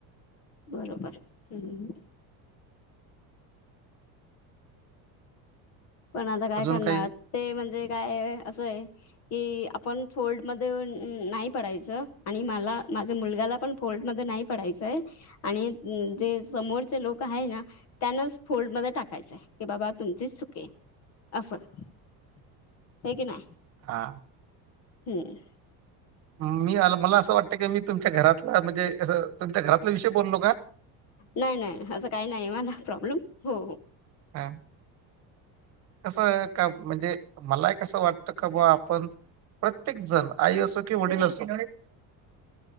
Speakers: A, on the left; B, on the right.
A: बरोबर हम्म. पण आता काय
B: अजून
A: करणार
B: काही
A: ते म्हणजे काय असं आहे. कि आपण फोल्ड मध्ये नाही पडायचं आणि मला माझ्या मुलग्याला पण फोल्डमध्ये नाही. पडायचंय आणि जे समोरचे लोक आहे ना. त्यानच फोल्डमध्ये टाकायचंय की बाबा तुमची चुके अफ हे क ना.
B: हा
A: हम्म!
B: मी मला असं वाटतं की मी तुमच्या घरातला म्हणजे असं तुमच्या घरातला विषय बोललो का.
A: नाही नाही असं काही नाही मला प्रॉब्लेम हो हो.
B: हा. कसं का म्हणजे मला एक कसं वाटतं का बा आपण प्रत्येक जण आई असो किंवा वडील असो.